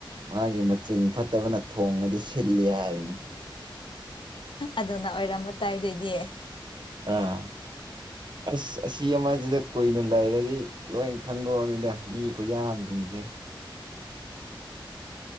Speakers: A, on the right; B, on the left.
A: ꯃꯥꯒꯤ ꯃꯆꯤꯡ ꯐꯠꯇꯕꯅꯥ ꯊꯣꯡꯉꯗꯤ ꯁꯤꯜꯂꯤ ꯍꯥꯏꯕꯅꯤ
B: ꯑꯗꯨꯅ ꯑꯣꯏꯔꯝꯕ ꯇꯥꯏ ꯑꯗꯣꯏꯗꯤ
A: ꯑꯥ ꯑꯁ ꯑꯁꯤ ꯑꯃꯁꯤꯗ ꯀꯨꯏꯅ ꯂꯩꯔꯗꯤ ꯂꯣꯏ ꯈꯪꯗꯣꯛꯑꯅꯤꯗ ꯃꯤ ꯈꯨꯌꯥꯝꯁꯤꯡꯁꯦ